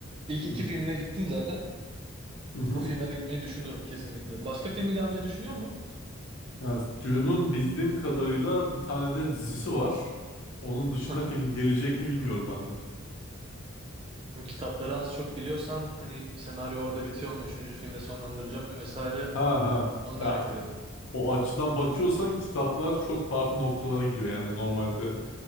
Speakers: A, on the right; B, on the left.
A: İlk
B: Hı.
A: iki filmine gittim zaten.
B: Hı hı.
A: Bu filme de gitmeyi düşünürüm kesinlikle. Başka filmi gelmeyi düşünüyor mu?
B: Yani Dune'un bildiğim kadarıyla bir tane de dizisi var. Onun dışında
A: Hı hı.
B: film gelecek mi bilmiyorum ben de.
A: Kitapları az çok biliyorsan hani senaryo orada bitiyor mu? Üçüncü filmde sonlandıracak mı vesaire
B: Ha ha.
A: onu merak
B: Ya,
A: ediyordum.
B: o açıdan bakıyorsan kitaplar çok farklı noktalara gidiyor yani normalde.